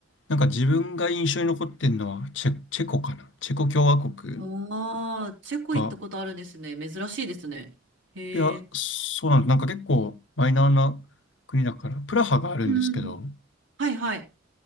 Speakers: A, on the left; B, on the right.
A: なんか自分が印象に残ってんのはチェ、チェコかな。チェコ共和国
B: ああー、チェコ行ったことあるんですね。
A: が。
B: 珍しいですね。へえ。
A: いや、そうなんです。なんか結構マイナーな国だから、プラハがあるんですけど、
B: うん。
A: っ
B: はいはい。